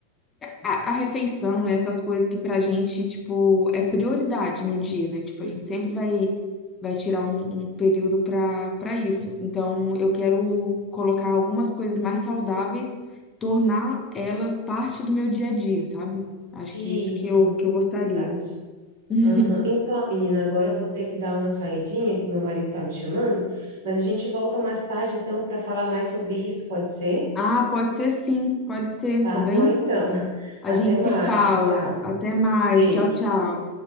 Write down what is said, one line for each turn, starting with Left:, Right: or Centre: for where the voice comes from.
Left: A,
Right: Sim.
Left: a refeição, né? Essas coisas que pra gente, tipo, é prioridade no dia, né? Tipo,
Right: Uhum.
Left: a gente sempre vai, vai tirar um, um período pra, pra isso. Então, eu quero
Right: Sim.
Left: colocar algumas coisas mais saudáveis, tornar elas parte do meu dia a dia, sabe? Acho
Right: Isso.
Left: que isso que eu, que eu gostaria.
Right: Verdade.
Left: <laughs>
Right: Aham. Então, menina, agora eu vou ter que dar uma saidinha, que meu marido tá me chamando, mas a gente volta mais tarde, então, para falar mais sobre isso, pode ser?
Left: Ah, pode ser sim, pode ser,
Right: Tá
Left: tá bem?
Right: bom, então. <laughs>
Left: A
Right: Até
Left: gente
Right: mais.
Left: se fala.
Right: Tchau.
Left: Até mais.
Right: Beijo.
Left: Tchau, tchau.